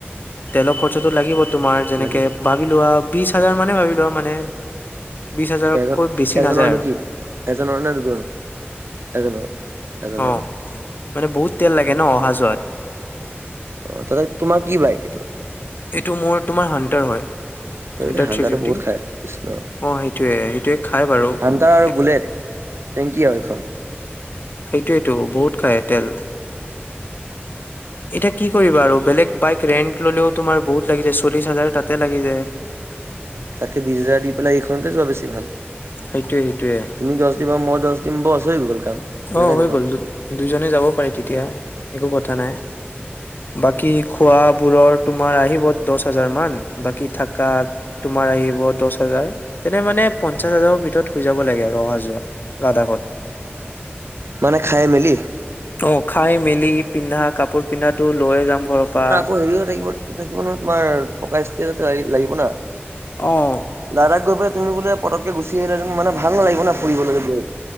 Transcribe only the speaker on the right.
লাগিবই
এজন-এজনৰ
নেকি! এজনৰ নে দুজনৰ, এজনৰ? এজনৰ।
<unintelligible> তোমাৰ কি বাইক?
<inaudible>
এই হান্টাৰে
বহুত খাই, কৃষ্ণ।
হান্টাৰ আৰু
বুলেট টেংকি আৰু এইখন।
<inaudible>
তাতকে বিশ হাজাৰ দি পেলাই এইখনতে যোৱা বেছি ভাল।
তুমি দশ দিবা, মই দশ দিম বচ হৈ গ'ল। কাম নাথাকে
খতম
মানে খাই মেলি?
অঁ হেৰিও থাকিব। থাকিব নহয় তোমাৰ থকা ষ্টেজ এটা লাগিব না।
লাডাখ গৈ পেলাই তুমি বোলে পতকে গুচি আহিলা, তুমি মানে ভাল নালাগিব না ফুৰিবলৈ গৈ।